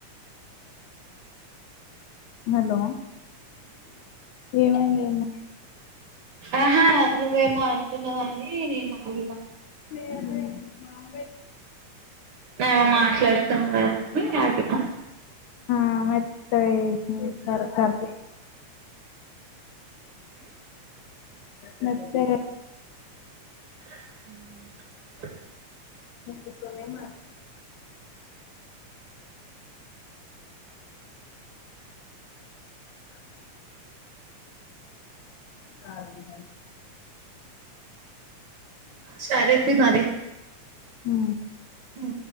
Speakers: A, on the left; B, on the right.
A: హలో ఏమైంది ఏమ
B: ఆహా నువ్వేమో అంటున్నావ అని నేను ఆగిన
A: స
B: నేను మాట్లాడుతున్నా కదని అగతం
A: ఆ ఎత్త వషడక మే
B: హ
A: అ సమమా బ
B: సరతి మరి
A: హ
B: హ